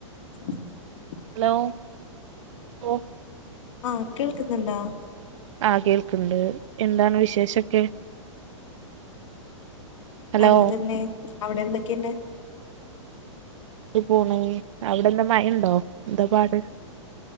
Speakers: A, on the left; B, on the right.
A: <unintelligible>
B: Hello ഓഹ്
A: ആഹ് കേൾക്ക്ന്ന്ണ്ടാ?
B: ആഹ് കേൾക്ക്ണ്ട് എന്താണ് വിശേഷൊക്കെ? ഹലോ
A: നല്ലത് തന്നെ അവിടെ എന്തൊക്കെയുണ്ട്.
B: വിട്ട് പോണ് അവിടെ എന്താ മഴ ഉണ്ടോ, എന്താ പാട്.